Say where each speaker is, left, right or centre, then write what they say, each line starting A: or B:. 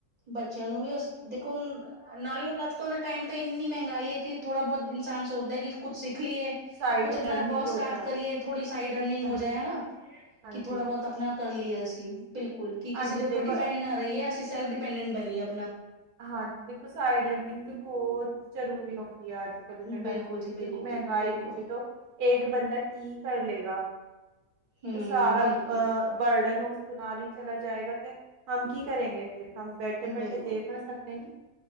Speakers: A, on the right (about 35°); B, on the right (about 80°).
A: ਬੱਚਿਆਂ ਨੂੰ ਵੀ ਉਸ ਦੇਖੋ ਹੁ ਨਾਲ ਹੁਣ ਅੱਜ ਕੱਲ ਦੇ ਟਾਈਮ ਤਾਂ ਇੰਨੀ ਮਹਿੰਗਾਈ ਹੈ ਕੀ ਥੋੜਾ ਬੋਤ ਇਨਸਾਨ ਸੋਚਦੈ ਕੀ ਕੁੱਛ ਸਿੱਖ ਲਈਏ,
B: ਸਾਈਡ
A: ਕੁੱਛ ਆਪਣਾ
B: ਅਰਨਿੰਗ
A: ਵਰਕ
B: ਹੋ
A: ਸਟਾਰਟ
B: ਜਾਵੇ।
A: ਕਰੀਏ ਥੌੜੀ ਸਾਈਡ ਅਰਨਿੰਗ
B: ਹਾਂਜੀ
A: ਹੋ ਜਾਏ ਹਨਾ।
B: ਹਾਂਜੀ
A: ਕੀ ਥੋੜ੍ਹਾ ਬੋਤ ਆਪਣਾ ਕਰ ਲਈਏ ਅਸੀਂ, ਬਿਲਕੁਲ ਕਿ
B: ਹਾਂਜੀ
A: ਕਿਸੇ ਦੇ
B: ਦੇਖੋ
A: ਉੱਪਰ ਡਿਪੈਂਡ
B: ਐ-
A: ਨਾ ਰਹੀਏ, ਅਸੀਂ ਸੈਲਫ ਡਿਪੈਂਡੈਂਟ ਬਣੀਏ ਆਪਣਾ।
B: ਹਾਂਜੀ ਦੇਖੋ ਸਾਈਡ ਅਰਨਿੰਗ ਵੀ ਬਹੁਤ ਜ਼ਰੂਰੀ ਹੁੰਦੀ ਆ ਅੱਜ ਕੱਲ੍ਹ ਦੇ ਟਾਈਮ
A: ਬਿਲਕੁਲ
B: ਵਿੱਚ,
A: ਜੀ
B: ਇਤਨੀ
A: ਬਿਲਕੁਲ,
B: ਮਹਿੰਗਾਈ
A: ਬਿਲਕੁਲ
B: ਵਿੱਚ ਤੋਂ ਏਕ ਬੰਦਾ ਕੀ ਕਰ ਲਏਗਾ,
A: ਹੂੰ
B: ਤੇ ਸਾਰਾ
A: ਬਿਲਕੁਲ।
B: ਅਹ ਬਰਡਨ ਉਸ ਕੁਨਾਲੀ ਚਲਾ ਜਾਏਗਾ, ਤੇ ਹਮ ਕੀ ਕਰੇਗੇ ਫਿਰ? ਹਮ ਬੈਠੇ -ਬੈਠੇ
A: ਬਿਲਕੁਲ,
B: ਦੇਖ ਸਕਦੇ ਨੇ,